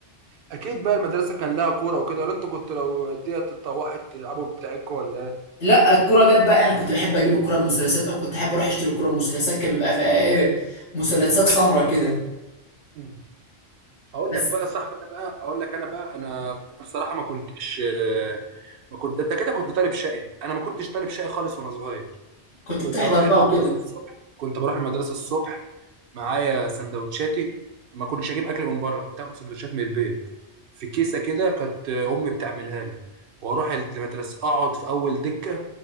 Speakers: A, on the right (about 60°); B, on the left (about 80°).
A: اكيد بقى المدرسه كان لها كوره وكده ولا انت كنت لو ديت اتطوحت تلعبوا بتاعكوا ولا
B: لا الكوره ديت بقى انا كنت بحب اجيب الكوره بمثلثات او كنت احب اروح اشتري الكوره بمثلثات كان بيبقى فيها ايه مثلثات سمراء كده
A: ايه هقول
B: بس
A: لك بقى يا صاحبي انا بقى اقول لك انا بقى انا انا بصراحه ما كنتش ما كنت انت كده كنت طالب شقي انا ما كنتش طالب شقي خالص وانا صغير
B: كنت
A: كنت
B: بتحضر
A: اروح
B: بقى
A: المدرسه
B: وكده
A: الصبح كنت بروح المدرسه الصبح معايا سندوتشاتي ما كنتش اجيب اكل من بره كنت اخد سندوتشات من البيت في كيسه كده كانت امي بتعملها لي واروح المدرسه اقعد في اول دكه